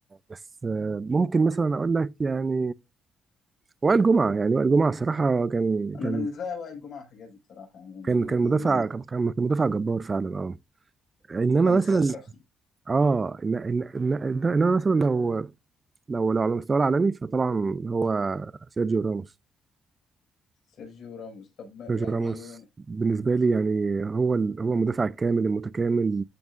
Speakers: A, on the right; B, on the left.
A: بس آه ممكن مثلا اقول لك يعني وائل جمعه يعني وائل جمعه صراحه كان
B: انا
A: كان
B: بالنسبة لي وائل جمعة وحجازي بصراحة يعني
A: كان
B: الاثنين
A: كان مدافع
B: دول
A: كان كان مدافع جبار فعلا اه انما
B: كان الصخرة
A: مثلا اه إن إن إن إن- انما مثلا لو لو لو على المستوى العالمي فطبعا هو سيرجيو راموس
B: سيرجيو راموس طب ما-
A: سيرجيو
B: يعني
A: راموس بالنسبة لي يعني هو ال... هو المدافع الكامل المتكامل